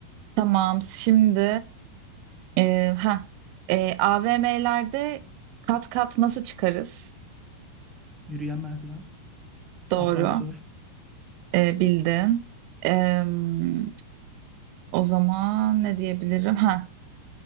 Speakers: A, on the right; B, in the centre.
A: Tamam şimdi e, ha AVM'lerde kat kat nasıl çıkarız?
B: Yürüyen merdiven.
A: Doğru.
B: Asansör.
A: E, bildin. Em, o zaman ne diyebilirim? Ha